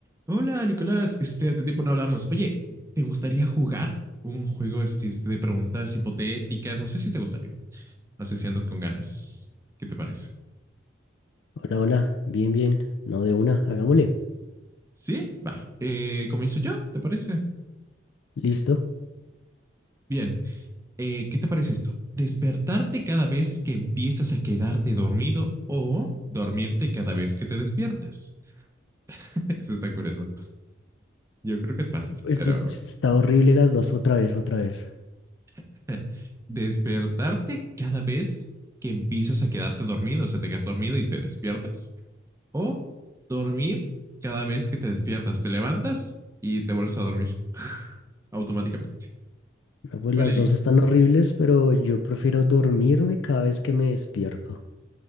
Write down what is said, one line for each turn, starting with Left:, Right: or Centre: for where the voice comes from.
Right: Hola, Nicolás. Este, hace tiempo no hablamos. Oye, ¿te gustaría jugar un juego este, este, de preguntas hipotéticas? No sé si te gustaría. No sé si andas con ganas. ¿Qué te parece?
Left: Hola, hola, bien, bien, no de una, hagámosle.
Right: Sí, va. Eh, comienzo yo, ¿te parece?
Left: Listo.
Right: Bien. Eh, ¿qué te parece esto? Despertarte cada vez que empiezas a quedarte dormido o dormirte cada vez que te despiertas. <laughs> Eso está curioso. Yo creo que es fácil,
Left: Esto
Right: pero
Left: es- está horrible las dos, otra vez, otra vez.
Right: <laughs> despertarte cada vez que empiezas a quedarte dormido, o sea, te quedas dormido y te despiertas O dormir cada vez que te despiertas. Te levantas y te vuelves a dormir automáticamente.
Left: No, pues
Right: ¿Cuál
Left: las
Right: eliges?
Left: dos están horribles, pero yo prefiero dormirme cada vez que me despierto.